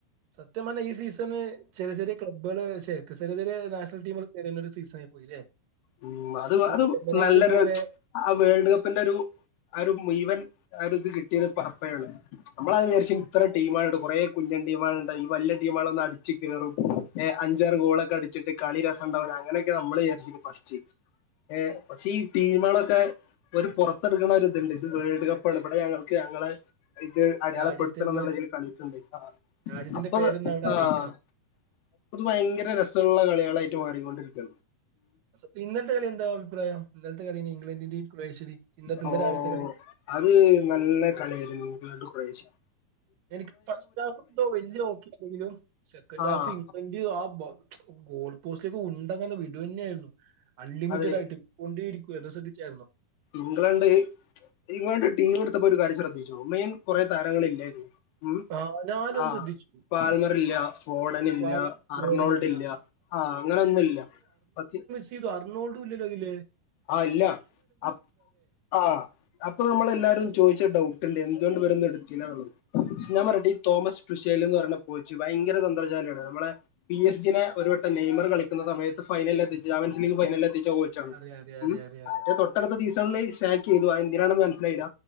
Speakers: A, on the right; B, on the left.
A: സത്യപറഞ്ഞ ഈ സീസന് ചെറിയ ചെറിയ ക്ലബ്കൾ ശേ ചെറിയ ചെറിയ നാഷണൽ ടീഒരു കേറിന്നര് സീസണായി പോയില്ലേ.
B: ഉം അത്
A: നമ്മൾ
B: അത്
A: വരാതിരുന്ന
B: നല്ലൊരു.
A: കുറെ
B: ആഹ് വേൾഡ് കപ്പിന്റെ ഒരു ആഹ് ഒരു മുഴുവൻ ആരു ഇത് കിട്ടിയത് പ അപ്പയാണ്. നമ്മളാദ്യം
A: ആ,
B: വിചാരിച്ചു ഇത്ര ടീമായോണ്ട് കുറേ കുഞ്ഞൻ ടീമാളുണ്ട് ഈ വലിയ
A: ആ,
B: ടീമാളോന്ന് അടിച്ചു കേറും. എഹ് അഞ്ചാറ്
A: അതെ
B: ഗോളൊക്കെ അടിച്ചിട്ട്കളി രസംണ്ടാവൂല അങ്ങനെയൊക്കേ നമ്മൾവിജാര്ച്ചീഞെ പ ച്ചു ഏഹ് പക്ഷേ ഈ ടീമളൊക്കെ. ഒരു പുറത്തെടുക്കണര്തുണ്ട് ഇത് വേൾഡ് കപ്പാണ് ഇവടെ ഞങ്ങൾക്ക് ഞങ്ങളെ ഇത് അടയാളെപടുത്തണം
A: രാജ്യത്ത് നിന്ന്
B: ന്നുള്ള രീതിയിൽ കളിക്ക്ണ്ട് ആഹ്
A: രാജ്യത്തിന്റെ
B: അപ്പൊ
A: പേരൊന്ന് അവിടെ അറിയിക്കണം
B: ആഹ് പ്പോ ഇത് ഭയങ്കര രസള്ള കളികളായിട്ട് മാറികൊണ്ടിരിക്കയാണ്.
A: പീന്നൽത്തെ കളി എന്താ അഭിപ്രായ ഇന്നലെത്തെ കളി ഇംഗ്ലണ്ടിന്റെയും ക്രോഷിന്റെയും ശരിന്ന
B: ഓ
A: രാവിലത്തെ കളി.
B: അത് നല്ല കളിയായിരുന്നു ഇംഗ്ലണ്ടും ക്രോവേഷയും.
A: എനിക്ക് ഫസ്റ്റ് ഹാഫ് ന്തോ വല്യ ഓക്കിഅല്ലങ്കിലും സെക്കൻഡ്
B: ആഹ്
A: ഹാഫ് ഇംഗ്ലണ്ട് ന്റ് ആബ ഗോൾ പോസ്റ്റിലേക്ക് ഉണ്ടങ്ങനെ വിടന്നേയിരുന്നു. അൺലിമിറ്റഡ്
B: അതെ
A: ആയിട്ട് കൊണ്ടേഇരികായിരുന്നു അഹ് ശ്രദ്ധിച്ചായിരുന്നോ.
B: ഇംഗ്ലണ്ട്, ഇംഗ്ലണ്ട് ടീം എടുത്തപ്പോ ഒരു കാര്യം ശ്രദ്ധിച്ചോ മെയിൻ കുറെേ താരങ്ങളില്ലായിരുന്നു. ഉം
A: ആ ഞാനത്
B: ആഹ്
A: ശ്രദ്ധിച്ചു
B: പാൽമറില്ല ഫോഡനില്ല
A: വാല-
B: അർണോൾഡില്ല,
A: ജോർഡനില്ല
B: ആഹ് അങ്ങനെന്നുല്ല പ
A: ക്കിതു അർണോൾടു ഇല്ല്യല്ലോതിൽ.
B: ആഹ് ഇല്ല അഹ് ആഹ് അപ്പൊ നമ്മളെല്ലാരും ചോദിച്ചട്ടോ എന്തുകൊണ്ട് ഇവരുന്നടുത്തില്ല. പക്ഷെ ഞാൻ പറയട്ടെ തോമസ്ടുഷേൽ എന്ന് പറഞ്ഞഈ കൊച്ച് ഭയങ്കര തന്ത്രഞാലിയാണ് നമ്മളെ പി എസ് ജിനെ ഒരുട്ടംനെയ്മർ കളിക്കുന്ന സമയത്ത് ഫൈനൽ എത്തിച്ച ചമ്പിൻസ് ലീഗ് ഫൈനൽ എത്തിച്ച കോ ചാണ്
A: അറിയാം അറിയാം അറിയാം അറിയാം അറിയാം
B: തൊട്ടടുത്തസീസണില് സാക്ക്യ്തു എന്തിനാണെന്ന് മനസ്സിലായില്ല.